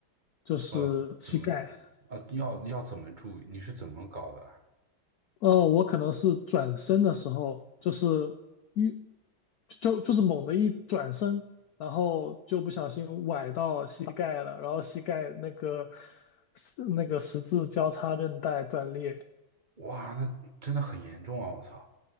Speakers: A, on the left; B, on the right.
A: 就是膝盖。
B: 呃，怎么，呃，要要怎么注意？你是怎么搞的啊？
A: 呃，我可能是转身的时候，就是一就就是猛的一转身，然后就不小心崴到膝盖了，然后膝盖那个十那个十字交叉韧带断裂。
B: 哇，那真的很严重啊！我操。